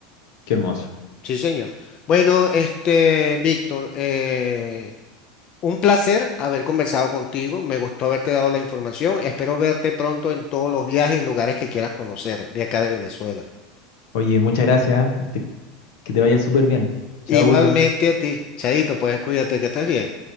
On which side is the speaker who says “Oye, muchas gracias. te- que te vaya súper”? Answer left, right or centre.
Left